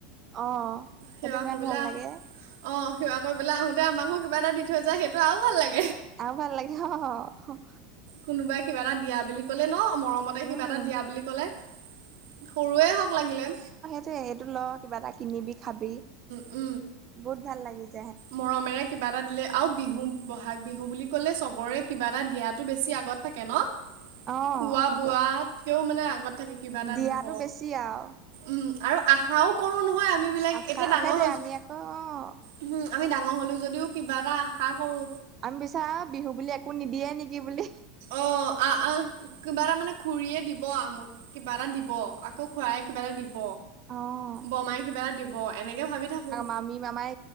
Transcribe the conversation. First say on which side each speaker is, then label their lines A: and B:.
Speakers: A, on the right; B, on the right.
A: অ'।
B: সেৱা
A: সেইটো কিমান
B: কৰিবলৈ
A: ভাল
B: আহ
A: লাগে
B: অ' সেৱা কৰিবলৈ আহোঁতে আমাকো কিবা এটা দি থৈ যায় সেইটো আৰু ভাল লাগে।
A: আৰু ভাল লাগে অ'।
B: কোনোবাই কিবা এটা দিয়া বুলি ক'লে ন' মৰমতে
A: উম,
B: কিবা এটা দিয়া বুলি ক'লে সৰুৱে হওক লাগিলে।
A: এই এইটো ল' কিবা এটা কিনিবি, খাবি।
B: উম।
A: বহুত ভাল লাগিল।
B: মৰমেৰে কিবা এটা দিলে আৰু বিহু ব'হাগ বিহু বুলি ক'লে চবৰে কিবা এটা দিয়াতো বেছি আগত থাকে ন'।
A: অ',
B: খোৱা
A: সেইটো।
B: বোৱাতকেও মানে আগত থাকে কিবা এটা
A: দিয়াতো
B: দিব।
A: বেছি আৰু
B: উম আৰু আশাও কৰোঁ নহয় আমি। বিলাক
A: আশা
B: এতিয়া ডাঙৰ
A: সেইটোৱে
B: হৈছো
A: আমি আকৌ অ'।
B: উম আমি ডাঙৰ হ'লো‌ যদিও কিবা এটা আশা কৰোঁ।
A: আমি বিচাৰা বিহু বুলি একো নিদিয়ে নেকি বুলি।
B: অ' আহ-আহ। কিবা এটা মানে খুৰীয়ে দিব আমুক কিবা এটা দিব আকৌ খুৰাই কিবা এটা দিব।
A: অ',
B: বৰ্মাই কিবা এটা দিব এনেকে ভাবি থাকোঁ।
A: আমি মামাই